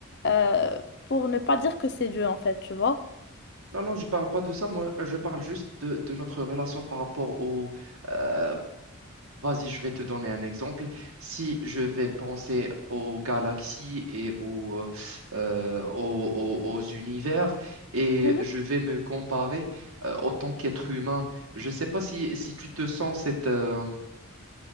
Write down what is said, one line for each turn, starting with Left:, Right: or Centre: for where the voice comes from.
Left: euh, pour ne pas dire que c'est Dieu, en fait, tu vois.
Right: Non, non, je parle pas de ça. Moi, je parle juste de, de notre relation par rapport au. euh, vas-y, je vais te donner un exemple. Si je vais penser aux galaxies et aux, euh, euh, aux, aux- aux univers et
Left: Mhm.
Right: je vais me comparer euh, en tant qu'être humain, je sais pas si, si tu te sens cette. euh,